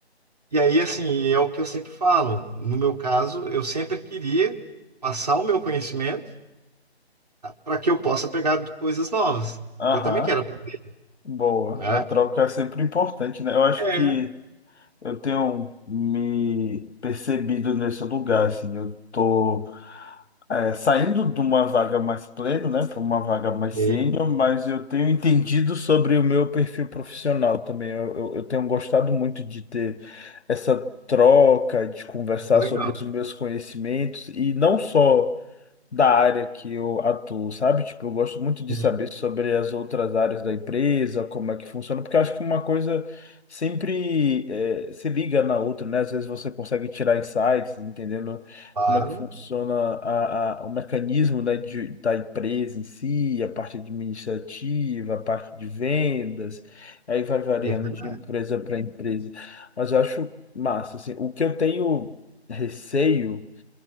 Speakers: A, on the right; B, on the left.
A: E aí, assim, é o que eu sempre falo. No meu caso, eu sempre queria passar o meu conhecimento para que eu possa pegar coisas novas,
B: aham,
A: porque eu também quero aprender,
B: boa.
A: né?
B: A troca é sempre importante, né? Eu acho
A: É,
B: que eu tenho me percebido nesse lugar, assim. Eu tô é, saindo de uma vaga mais pleno, né, para uma vaga mais
A: ok,
B: sênior, mas eu tenho entendido sobre o meu perfil profissional também. Eu, eu, eu tenho gostado muito de ter essa troca, de conversar
A: é legal.
B: sobre os meus conhecimentos e não só. da área que eu atuo, sabe? Tipo, eu gosto muito de
A: Sim,
B: saber sobre as outras áreas da empresa, como é que funciona, porque eu acho que uma coisa sempre eh, se liga na outra, né? Às vezes você consegue tirar insights, entendendo
A: claro,
B: como é que funciona a, a- o mecanismo, né, de- da empresa em si, a parte administrativa, a parte de vendas, aí vai variando
A: é verdade.
B: de empresa para empresa. Mas eu acho massa, assim, o que eu tenho receio